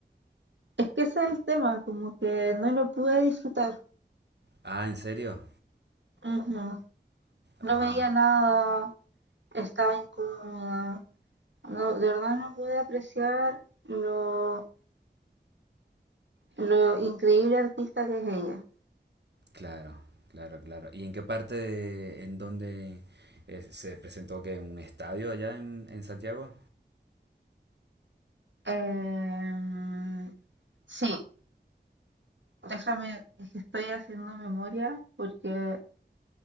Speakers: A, on the right; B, on the right.
A: Es que ese es el tema, como que no lo pude disfrutar.
B: Ah, ¿en serio?
A: Ujú. No
B: Ah,
A: veía nada, estaba incómoda. No, de verdad no pude apreciar lo, lo increíble artista que es ella.
B: claro, claro, claro. ¿Y en qué parte de- en dónde eh, se presentó que en un estadio allá en, en Santiago?
A: Em, sí, déjame, es que estoy haciendo memoria porque